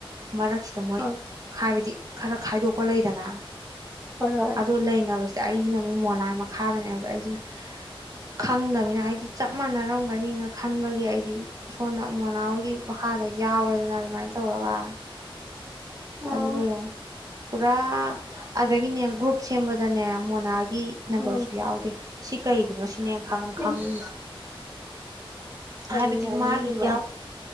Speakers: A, on the right (about 40°); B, on the right (about 20°).
A: ꯃꯔꯛꯁꯤꯗ ꯃꯣꯏ
B: ꯑꯥ
A: ꯍꯥꯏꯕꯗꯤ ꯈꯔ ꯈꯥꯏꯗꯣꯛꯄ ꯂꯩꯗꯅ
B: ꯍꯣꯏ ꯍꯣꯏ
A: ꯑꯗꯨ ꯂꯩꯅꯕꯁꯦ ꯑꯩꯅ ꯑꯃꯨꯛ ꯃꯣꯅꯥ ꯃꯈꯥꯗꯅꯦꯕ ꯑꯩꯖꯤꯅ ꯈꯪꯗꯝꯅꯤꯅ ꯍꯥꯏꯗꯤ ꯆꯞ ꯃꯥꯟꯅꯔꯝꯒꯅꯤꯅ ꯈꯟꯕꯒꯤ ꯑꯩꯗꯤ ꯁꯣꯝꯅ ꯃꯣꯅꯥ ꯍꯣꯏꯒꯤ ꯃꯈꯥꯗ ꯌꯥꯎꯔꯦꯗꯅ ꯑꯗꯨꯃꯥꯏꯅ ꯇꯧꯔꯒ
B: ꯎꯝ
A: ꯑꯗꯨꯒ ꯌꯦꯡꯎ ꯄꯨꯔꯥ ꯑꯗꯒꯤꯅꯦ ꯒ꯭ꯔꯨꯞ ꯁꯦꯝꯕꯗꯅꯦ ꯃꯣꯅꯥ ꯒꯤ ꯅꯝꯕꯔꯁꯨ
B: ꯎꯝ
A: ꯌꯥꯎꯗꯦ ꯁꯤ ꯀꯔꯤꯒꯤꯅꯣ ꯁꯤꯅꯦ ꯈꯪ ꯈꯪꯅꯤꯡꯉꯤꯖꯦ
B: ꯏꯁ ꯀꯔꯤ
A: ꯍꯥꯏꯕꯗꯤ
B: ꯍꯥꯏꯅꯤꯡꯉꯤꯕ
A: ꯃꯥꯒꯤ ꯌꯥꯎ